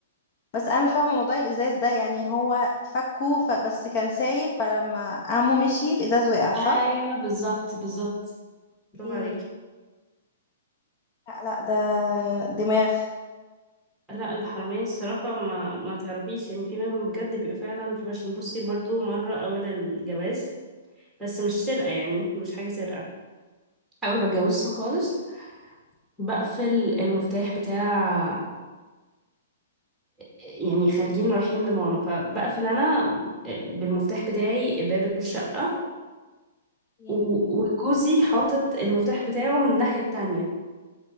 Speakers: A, on the left; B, in the centre.
A: بس انا مش فاهمه موضوع الازاز ده يعني هو فكه ف... بس كان سايب فلما عمو مشي الازاز وقع صح؟
B: ايوه بالظبط بالظبط برافو
A: اوكي
B: عليكي
A: لا لا ده دماغ
B: لا الحرامية الصراحة ما ما تعرفيش يعني في منهم بجد بيبقى فعلا بروفيشنال بصي برضو مرة أول الجواز بس مش سرقة يعني مش حاجة سرقة أول ما اتجوزت خالص بقفل المفتاح بتاع يعني خارجين رايحين لماما فبقفل انا بالمفتاح بتاعي باب الشقة
A: أوكي.
B: و- وجوزي حاطط المفتاح بتاعه من الناحية التانية